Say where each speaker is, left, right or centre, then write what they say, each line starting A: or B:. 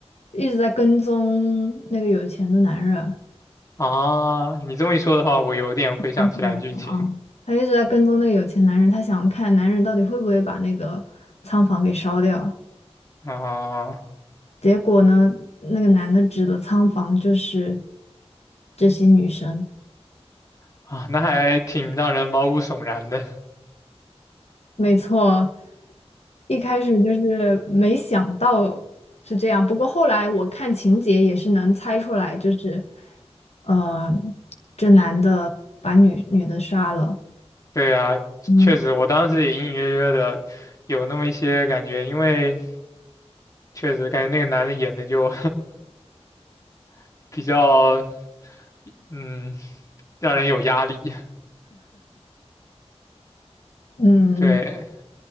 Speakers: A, on the left; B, on the left.
A: 一直在跟踪那个有钱的男人
B: 啊，你这么一说的话，我有点回想起来剧情。
A: 后来啊，他一直在跟踪那个有钱男人，他想看男人到底会不会把那个仓房给烧掉。
B: 啊
A: 结果呢，那个男的指的仓房就是这些女生。
B: 啊，那还挺让人毛骨悚然的。
A: 没错，一开始就是没想到是这样，不过后来我看情节也是能猜出来，就是，呃，这男的把女女的杀了，
B: 对啊，
A: 嗯
B: 确实，我当时也隐隐约约的有那么一些感觉，因为确实感觉那个男的演的就 <laughs> 比较，嗯，让人有压力。
A: 嗯，
B: 对，